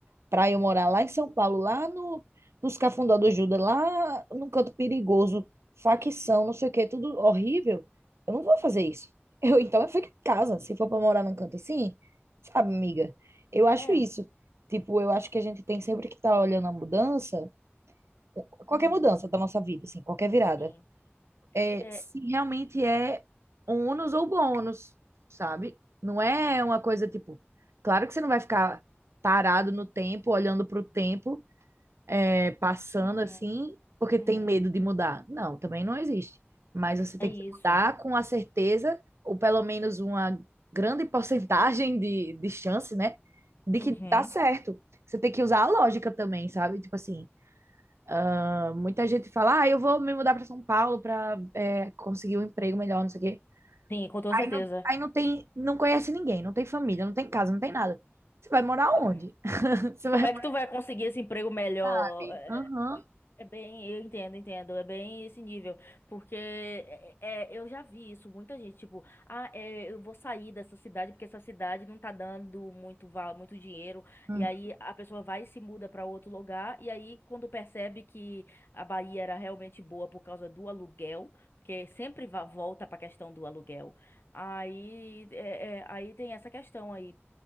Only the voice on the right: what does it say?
para eu morar lá em São Paulo, lá no, nos Cafundó do Judas, lá num canto perigoso, facção, não sei o quê, tudo horrível, eu não vou fazer isso. <laughs> Eu, então eu fico em casa, se for para morar num canto assim, sabe, amiga? Eu acho
isso. Tipo, eu acho que a gente tem sempre que estar tá olhando a mudança, qualquer
mudança da nossa vida, assim, qualquer virada,
é,
se realmente é ônus ou bônus, sabe? Não é uma coisa tipo, claro que você não vai ficar parado no tempo, olhando para o tempo, é, passando
assim porque
tem medo de mudar. Não, também não existe. Mas você tem
que mudar com a certeza, ou pelo menos uma grande porcentagem de, de chance, né? De
que dá certo. Você tem que usar a lógica também, sabe? Tipo assim, ah, muita gente fala, ah, eu vou me mudar para São Paulo para conseguir um emprego melhor, não sei o quê.
Aí
não, aí não tem, não conhece ninguém, não tem família, não tem casa, não tem nada. Você vai morar
onde? <laughs> Você vai
morar
ali?
Aham.
Uhum.